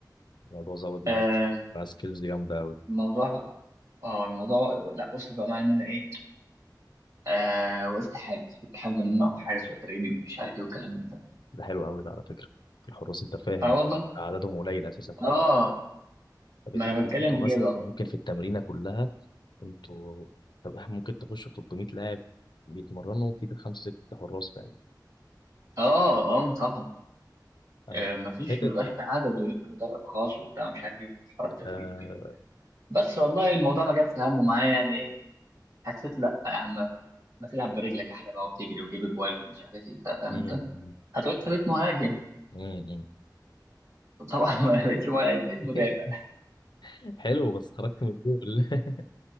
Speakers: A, on the left (about 75°); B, on the right (about 50°).
A: الموضوع زود معاك
B: آه
A: بقى سكيلز جامدة أوي
B: الموضوع بقى اه الموضوع لا وصل بقى معايا ان انا ايه آه وقفت حارس كنت حابب ان انا اقف حارس واترمي ومش عارف ايه والكلام من ده
A: ده حلو أوي ده على فكرة الحراس أنت فاهم
B: اه والله
A: عددهم قليل أساسا
B: اه
A: فاهم فبتلاقي
B: ما انا بتكلم
A: أنتوا
B: في
A: مثلا
B: كده
A: ممكن في التمرينة كلها أنتوا طب إحنا ممكن تخشوا 300 لاعب بيتمرنوا في خمسة ستة حراس فاهم
B: اه اه طبعا
A: أنا
B: آه مفيش
A: حتة
B: مبيبقاش في عدد وليك مدرب خاص وبتاع مش عارف ايه حوار التدريب
A: آه...
B: وكده بس والله الموضوع ما جابش همه معايا يعني ايه حسيت لا يا عم ما تلعب برجلك احلى بقى وبتجري وتجيب اجوال ومش عارف ايه انت فاهم
A: مم،
B: انت
A: مم،
B: هتقول انت بقيت مهاجم
A: مم، مم.
B: <laughs> طبعا ما بقيتش مهاجم بقيت مدافع
A: <laughs> حلو بس خرجت من الجول <laughs>